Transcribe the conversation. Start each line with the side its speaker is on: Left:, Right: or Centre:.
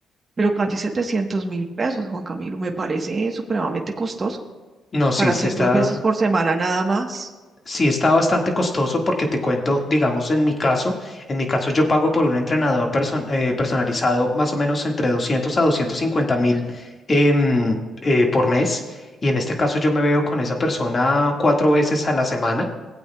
Right: pero casi setecientos mil pesos, Juan Camilo, me parece supremamente costoso
Left: No, sí,
Right: para hacer
Left: sí está,
Right: dos veces por semana nada más,
Left: sí está bastante costoso porque te cuento, digamos, en mi caso, en mi caso yo pago por un entrenador person- eh, personalizado más o menos entre 200 a 250 mil em, eh, por mes. Y en este caso yo me veo con esa persona cuatro veces a la semana.